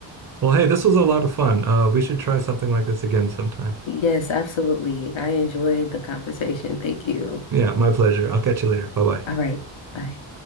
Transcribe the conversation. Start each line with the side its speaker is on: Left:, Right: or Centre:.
Right: Well, hey, this was a lot of fun. Uh, we should try something like this again sometime.
Left: Yes, absolutely. I enjoyed the conversation. Thank you.
Right: Yeah, my pleasure. I'll catch you later. Bye bye.
Left: All right, bye.